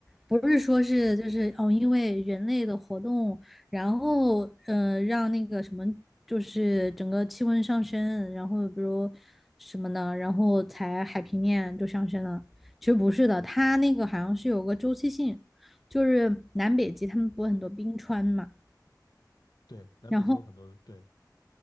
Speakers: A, in the centre; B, on the left.
A: 不是说是就是哦，因为人类的活动。然后呃，让那个什么，就是整个气温上升，然后比如什么的，然后才海平面就上升了。其实不是的，它那个好像是有个周期性，就是南北极他们不是很多冰川嘛，
B: 对，南北极有很多对，
A: 然后